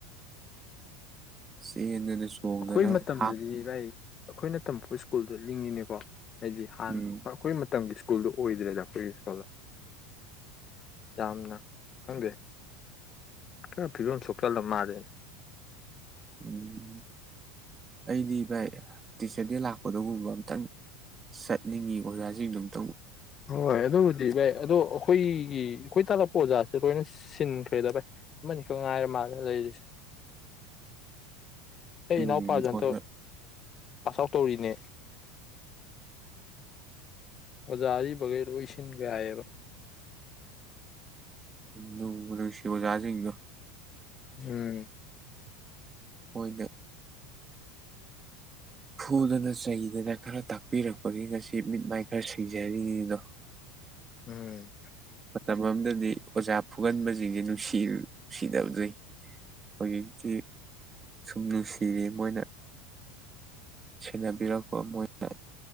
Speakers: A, on the right (about 25°); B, on the left (about 35°).
A: ꯆꯦꯟꯗꯅ ꯆꯣꯡꯗꯅ
B: ꯑꯩꯈꯣꯏ ꯃꯇꯝꯗꯗꯤ
A: ꯍꯥꯞ
B: ꯚꯥꯏ ꯑꯩꯈꯣꯏꯅ ꯇꯝꯃꯛꯄ ꯁ꯭ꯀꯨꯜꯗꯣ ꯂꯤꯡꯉꯤꯅꯦꯀꯣ ꯍꯥꯏꯗꯤ ꯍꯥꯟꯅ
A: ꯎꯝ
B: ꯑꯩꯈꯣꯏ ꯃꯇꯝꯒꯤ ꯁꯀꯨꯜ ꯁ꯭ꯀꯨꯜꯗꯨ ꯑꯣꯏꯗ꯭ꯔꯦꯗ <inaudible> ꯌꯥꯝꯝꯅ ꯈꯪꯗꯦ ꯈꯔꯥ ꯐꯤꯕꯝ ꯁꯣꯛꯆꯜ ꯂꯥ ꯃꯥꯜꯂꯦ
A: ꯎꯝ ꯑꯩꯗꯤ ꯚꯥꯏ ꯇꯤꯆꯔꯗ ꯂꯥꯛꯄꯗꯒꯨꯝꯕ ꯑꯝꯇꯪ ꯆꯠꯅꯤꯡꯉꯤ ꯑꯣꯖꯥꯁꯤꯡ ꯑꯗꯨꯝ
B: ꯍꯣꯏꯣꯏ ꯑꯗꯨꯕꯨꯗꯤ ꯚꯥꯏ ꯑꯗꯣ ꯑꯩꯈꯣꯏ ꯑꯩꯒꯤ ꯑꯩꯈꯣꯏ ꯇꯥꯛꯂꯛꯄ ꯑꯣꯖꯥꯁꯤ ꯂꯣꯏꯅ ꯁꯤꯟꯈ꯭ꯔꯦꯗ ꯚꯥꯏ ꯑꯃꯅꯤꯈꯛ ꯉꯥꯏꯔ ꯃꯥꯜꯂꯦ ꯂꯩꯔꯤꯁꯦ ꯑꯩ
A: ꯎꯝ
B: ꯏꯅꯥꯎꯄꯥꯖꯇꯣ
A: ꯑꯣꯖꯥ
B: ꯄꯥꯁ ꯑꯥꯎꯠ ꯇꯧꯔꯤꯅꯦ ꯑꯣꯖꯥ ꯑꯔꯤꯕ ꯒꯩ ꯂꯣꯏꯁꯤꯟꯒꯔꯦ ꯍꯥꯏꯌꯦꯕ
A: ꯅꯨꯡꯕꯨ ꯅꯨꯡꯁꯤ ꯑꯣꯖꯒꯩꯗꯣ
B: ꯎꯝ
A: ꯍꯣꯏꯅꯦ ꯐꯨꯗꯅ ꯆꯩꯗꯅ ꯈꯔ ꯇꯥꯛꯄꯤꯔꯛꯄꯒꯤ ꯉꯁꯤ ꯃꯤꯠ ꯃꯥꯏ ꯈꯔ ꯁꯤꯡꯖꯔꯤꯅꯤꯗꯣ
B: ꯎꯝ
A: ꯃꯇꯝ ꯑꯝꯗꯗꯤ ꯑꯣꯖꯥ ꯐꯨꯒꯟꯕꯁꯤꯡꯁꯦ ꯅꯨꯡꯁꯤ ꯅꯨꯡꯁꯤꯗꯕꯅꯤ ꯍꯧꯖꯤꯛꯇꯤ ꯁꯨꯝ ꯅꯨꯡꯁꯤꯔꯤ ꯃꯣꯏꯅ ꯁꯦꯟꯅꯕꯤꯔꯛꯄ ꯃꯣꯏꯅ